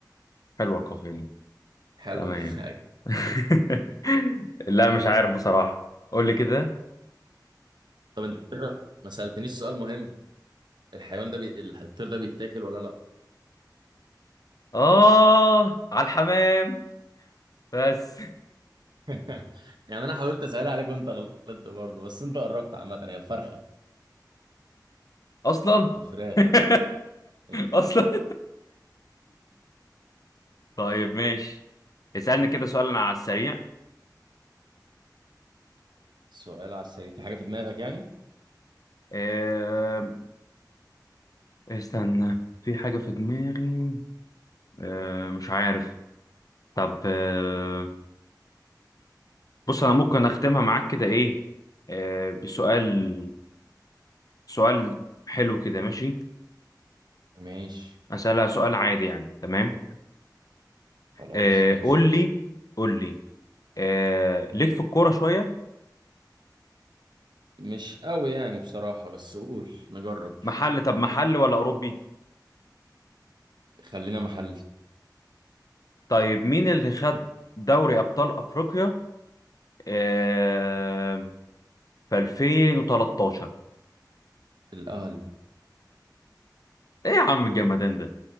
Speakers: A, on the left; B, on the right.
A: حلوه القافيه دي
B: حلو
A: تمام
B: <laughs>
A: <laughs> لا مش
B: طب
A: عارف بصراحة قول لي كده
B: طب انت <laughs> فكرة ما سألتنيش سؤال مهم الحيوان ده بي... الطير ده بيتاكل ولا لا
A: آه على الحمام بس
B: <laughs> يعني انا حاولت اسأل عليك وانت غلطت برضه بس انت قربت عامة هي الفرخة
A: <laughs> أصلا
B: الفراخ
A: <laughs>
B: الف-
A: أصلا طيب ماشي اسألني كده سؤال أنا على السريع
B: السؤال على السريع في حاجة في دماغك يعني
A: آه... استنى في حاجة في دماغي آه... مش عارف طب آه... بص أنا ممكن أختمها معاك كده إيه آه... بسؤال سؤال حلو كده ماشي
B: ماشي
A: أسألها سؤال عادي يعني تمام
B: خلاص
A: آه
B: ماشي
A: قول لي قول لي آه ليك في الكورة شوية
B: مش قوي يعني بصراحة بس قول نجرب
A: محل طب محل ولا أوروبي
B: خلينا محلي
A: طيب مين اللي خد دوري أبطال أفريقيا آه في 2013
B: الأهلي
A: إيه يا عم الجمدان ده